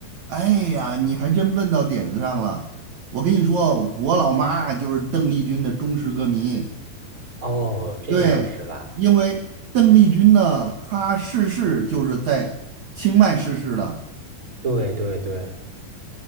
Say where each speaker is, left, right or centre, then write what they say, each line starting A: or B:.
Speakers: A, on the right; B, on the right.
A: 哎呀，你还真问到点子上了。我跟你说，我老妈就是邓丽君的忠实歌迷。
B: 哦，这样是吧？
A: 对，因为邓丽君呢，她逝世就是在清迈逝世的，
B: 对对对，